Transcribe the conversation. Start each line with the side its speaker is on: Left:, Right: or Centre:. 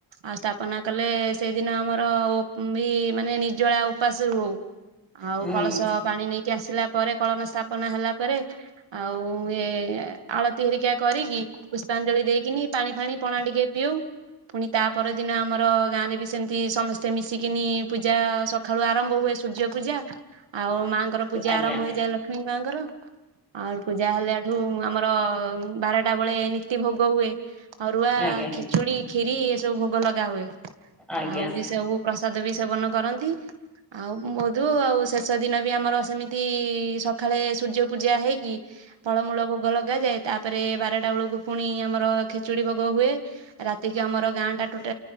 Right: ଆଉ ସ୍ଥାପନା କଲେ ସେଇଦିନ ଆମର ବି ମାନେ ନିର୍ଜଳା ଉପାସ ର ଆଉ। ଆଉ
Centre: ହୁଁ
Right: କଳସ ପାଣି ନେଇକି ଆସିଲା ପରେ କଳନ ସ୍ଥାପନ ହେଲା ପରେ ଆଉ ଏ ଆଳତି ହେରିକା କରିକି ପୁଷ୍ପାଞ୍ଜଳି ଦେଇକିନି ପାଣି ଫାଣି ପଣା ଟିକେ ପିଉ ପୁଣି ତା ପରଦିନ ଆମର ଗାଁରେ ବି ସେମିତି ସମସ୍ତେ ମିଶିକିନି ପୂଜା ସକାଳୁ ଆରମ୍ଭ ହୁଏ ସୂର୍ଯ୍ୟ ପୂଜା ଆଉ ମାଆଙ୍କର ପୂଜା
Centre: ଆଜ୍ଞା
Right: ଆରମ୍ଭ ହେଇଯାଏ ଲକ୍ଷ୍ମୀ ଙ୍କର ଆଉ ପୂଜା ହେଲେ ଏଠୁ ଆମର ବାରଟା ବେଳେ ନି ତି ଭୋଗ ହୁଏ ଆଉ ରୁଆ
Centre: ଆଜ୍ଞା
Right: ଖେଚୁଡି ଖ୍ିୀରି ଏସବୁ ଭୋଗ ଲଗା ହୁଏ।
Centre: ଆଜ୍ଞା
Right: ଆଉ ବି ସବୁ ପ୍ରସାଦ ବି ସେବନ କରନ୍ତି। ଆଉ ବୋହୁତୁ ଆଉ ଶେଷ ଦିନ ବି ଆମର ସେମିତି ସକାଳେ ସୂର୍ଯ୍ୟ ପୂଜା ହେଇକି ଫଳମୂଳ ଭୋଗ ଲଗାାଯାଏ ତାପରେ ବାରଟା ବେଳକୁ ପୁଣି ଆମର ଖେଚୁଡି ଭୋଗ ହୁଏ। ରାତିକି ଆମର ଗାଁ ଟା ୋଟ